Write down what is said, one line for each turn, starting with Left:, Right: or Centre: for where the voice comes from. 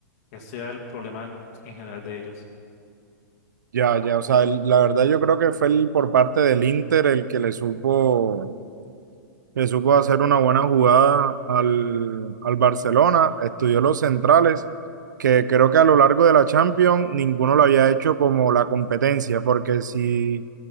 Left: ese era el problema en, en general de ellos.
Right: Ya, ya, o sea, el- la verdad yo creo que fue el, por parte del Inter el que le supo, le supo hacer una buena jugada al, al Barcelona, estudió los centrales, que creo que a lo largo de la Champions ninguno lo había hecho como la competencia, porque si...